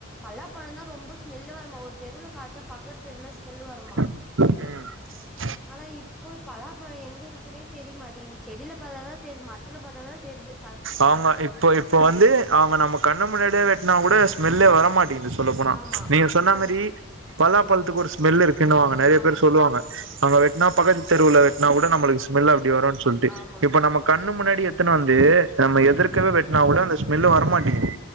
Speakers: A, in the centre; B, on the right.
A: பலாபழம் தா ரொம்ப ஸ்மெல்லு வருமா ஒரு தெருல காய்ச்ச பக்கத் தெருல ஸ்மெல்லு வருமா
B: ம்
A: ஆனா இப்போ பலாபழ எங்க இருக்குனே தெரியமாட்டேங்கு செடில பாத்தாதா மரத்துல பாத்தாதா தெர்து
B: அவுங்க இப்போ இப்ப வந்து அவுங்க நம்ம கண்ணு முன்னாடியே வெட்னாக் கூட ஸ்மெல்லே வர மாட்டிய சொல்ல போனா
A: ஆமா
B: நீங்க சொன்ன
A: இப்ப
B: மாரி
A: நா
B: பலா பலா பழத்துக்கு ஒரு ஸ்மெல் இருக்கு கின்டுவாங்க நெறய
A: ஆமா
B: பேர் சொல்லுவாங்க அங்க வ நா பக்கத்து தெருவுல வெட்டுனா கூட நம்மளுக்கு ஸ்மெல் வருனு சொல்ட்டு
A: ஆமா
B: இப்ப நம்ம கண் கண்ணு முன்னாடி எடுத்துனு வந்து நம்ம எதிர்க்கவே வெட்னா கூட அந்த ஸ்மெல் வரமாட்டேங்குது